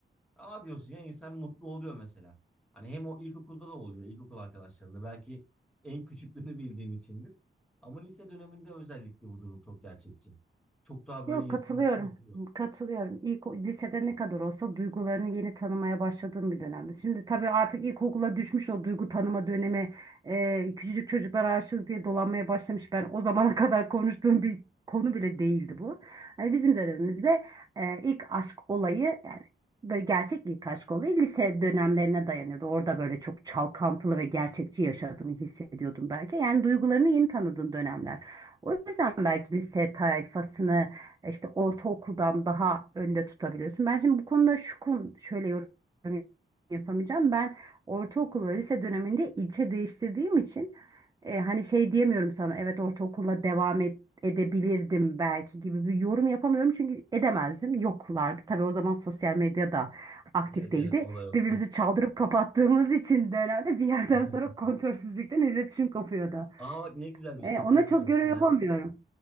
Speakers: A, in the centre; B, on the right (about 20°).
A: aa diyorsun ya insan mutlu oluyor mesela. Hani hem o ilkokulda da oluyor, ilkokul arkadaşlarında belki en küçüklüğünü bildiğin içindir. Ama lise döneminde özellikle bu durum çok gerçekçi. Çok daha
B: Yok
A: böyle insanın
B: katılıyorum.
A: içine oturuyor.
B: Katılıyorum. İlk lisede ne kadar olsa duygularını yeni tanımaya başladığım bir dönemde. Şimdi tabii artık ilkokula düşmüş o duygu tanıma dönemi. e, küçücük çocuklar aşığız diye dolanmaya başlamış. Ben o zamana <laughs> kadar konuştuğum bir konu bile değildi bu. Hani bizim dönemimizde e, ilk aşk olayı yani böyle gerçek ilk aşk olayı lise dönemlerine dayanıyordu. Orada böyle çok çalkantılı ve gerçekçi yaşadığını hissediyordum belki. Yani duygularını yeni tanıdığın dönemler. O yüzden belki lise tayfasını işte ortaokuldan daha önde tutabiliyorsun. Ben şimdi bu konuda şu konu şöyle yorum yapamayacağım. Ben ortaokul ve lise döneminde ilçe değiştirdiğim için e, hani şey diyemiyorum sana evet ortaokulla devam et, edebilirdim belki gibi bir yorum yapamıyorum çünkü edemezdim yoklardı tabii o zaman sosyal medya da aktif
A: Evet
B: değildi
A: evet o da yoktu.
B: birbirimizi çaldırıp kapattığımız <laughs> için de herhalde bir yerden
A: <laughs>
B: sonra kontrolsüzlükten iletişim kopuyordu
A: Aa bak ne güzel bir şey
B: E, ona
A: söyledin
B: çok
A: aslında
B: yorum yapamıyorum
A: ya.